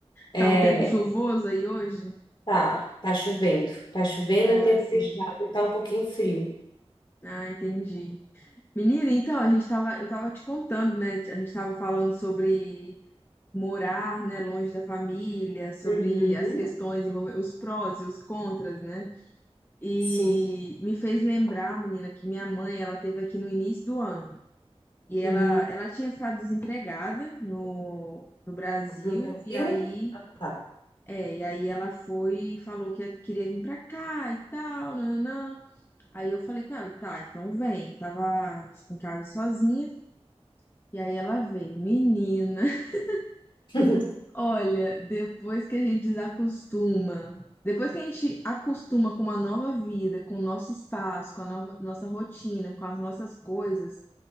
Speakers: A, on the left; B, on the left.
A: É,
B: Tá um tempo chuvoso aí hoje?
A: tá, tá chovendo. Tá chovendo
B: Ah,
A: em tempo
B: sim.
A: fechado e tá um pouquinho frio.
B: Ah, entendi. Menina, então, a gente tava, eu tava te contando, né? A gente tava falando sobre morar, né, longe da família, sobre
A: Uhum,
B: as questões envolvendo os prós e os contras, né? E
A: sim.
B: me fez lembrar, menina, que minha mãe, ela teve aqui no início do ano. E ela,
A: Hum,
B: ela tinha ficado desempregada no, no Brasil,
A: no Brasil?
B: e aí
A: Ah, tá.
B: É, e aí ela foi e falou que queria vir pra cá e tal, nananã. Aí eu falei com ela, tá, então vem. Eu tava em casa sozinha, e aí ela veio. Menina, <laughs>
A: <laughs> Hum,
B: olha, depois que a gente desacostuma, depois que a gente acostuma com uma nova vida, com o nosso espaço, com a nova- nossa rotina, com as nossas coisas,